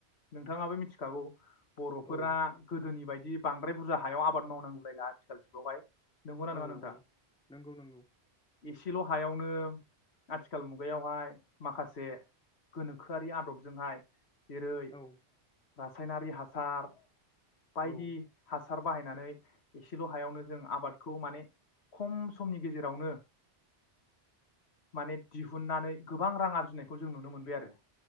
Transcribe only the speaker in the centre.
औ
औ
औ नोंगौ नोंगौ।
औ
औ